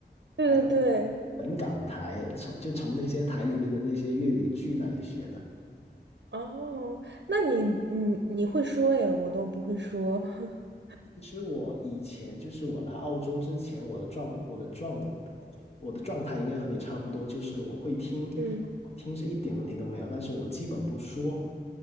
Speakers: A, on the right; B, on the left.
A: 对对对，
B: 还有本港台，从就从那些台里面的那些粤语剧那里学的。
A: 哦，那你你你会说耶，我都不会说。<laughs>
B: 其实我以前就是我来澳洲之前，我的状我的状我的状态应该和你差不多，就是我会听，
A: 嗯
B: 我听是一点问题都没有，但是我基本不说。